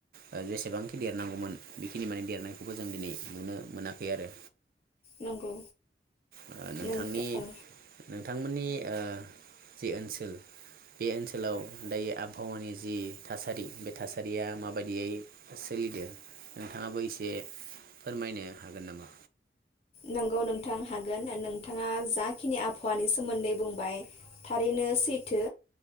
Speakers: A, on the right; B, on the left.
A: ओ जेसेबांखि देरनांगौमोन बिखिनि माने देरनायखौबो जों दिनै नुनो मोनाखै आरो।
B: नंगौ
A: ओ नोंथांनि
B: नोंथा औ
A: नोंथांमोननि ओ जि ओनसोल बे ओनसोलाव दायो आभावानि जि थासारि बे थासारिया माबायदियै सोलिदो नोंथाङाबो इसे फोरमायनो हागोन नामा।
B: नंगौ नोंथां हागोन नोंथाङा जाखिनि आभावानि सोमोन्दै बुंबाय थारैनो सैथो।